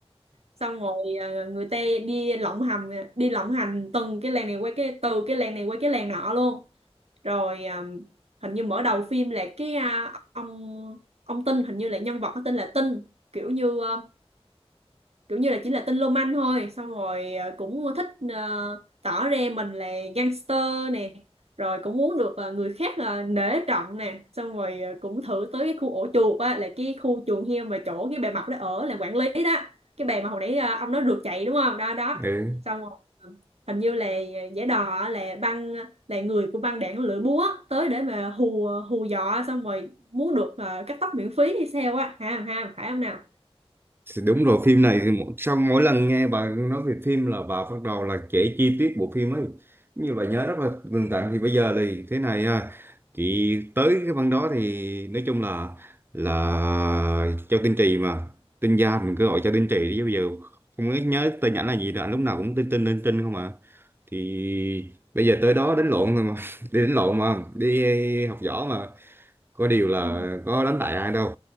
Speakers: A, on the right; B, on the right.
A: xong rồi à, người ta đi lộng hành à, đi lộng hành từng cái làng này qua cái từ cái làng này qua cái làng nọ luôn rồi à, hình như mở đầu phim là cái à, ông ông Tinh hình như là nhân vật có tên là Tinh kiểu như à, kiểu như là chỉ là tên lô manh thôi xong rồi ờ, cũng thích ờ, tỏ ra mình là gangster nè rồi cũng muốn được ờ, người khác ờ, nể trọng nè xong rồi ờ, cũng thử tới cái khu ổ chuột á là cái khu chuồng heo mà chỗ cái bà Mập đó ở làm quản lý đó cái bà mà hồi nãy ờ, ông nói rượt chạy đúng không đó đó
B: Ừ.
A: xong rồi hình như là ờ, giả đò á, là băng là người của băng đảng lưỡi búa tới để mà hù hù dọa xong rồi muốn được ờ, cắt tóc miễn phí hay sao á ha ha phải không nào
B: Thì đúng rồi phim này thì mỗi- sau mỗi lần nghe bà nói về phim là bà bắt đầu là kể chi tiết bộ phim ấy như bà nhớ rất là tường tận thì bây giờ thì thế này à, thì tới cái phần đó thì nói chung là là Châu Tinh Trì mà Tinh Gia mình cứ gọi Châu Tinh Trì đi bây giờ không có nhớ tên ảnh là gì nữa lúc nào cũng Tinh Tinh Tinh Tinh không à thì bây giờ tới đó đánh lộn rồi mà <laughs> đi đánh lộn mà đi học võ mà có điều là
A: Ừ.
B: có đánh bại ai đâu